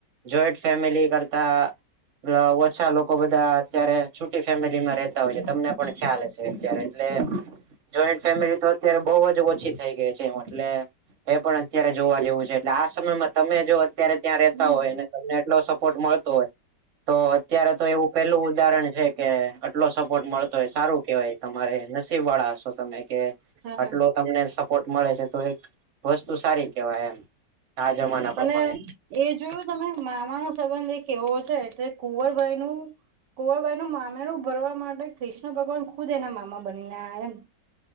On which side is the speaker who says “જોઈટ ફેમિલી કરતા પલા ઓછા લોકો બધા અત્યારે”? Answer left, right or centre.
Right